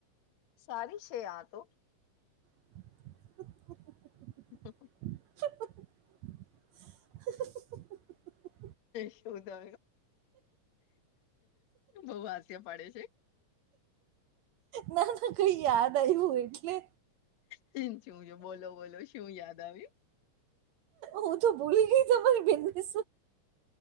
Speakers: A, on the left; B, on the right.
A: સારી છે આ તો
B: ખ <unintelligible>
A: હ <inaudible>
B: <inaudible>
A: શું તય બઉ હાસ્ય પાડે છે <inaudible>
B: ના ના કઈ યાદ આવ્યું એટલે.
A: છું છું બોલો બોલો શું યાદ આવ્યું.
B: હું તો ભૂલી ગઈ તમા તમારી બંદુને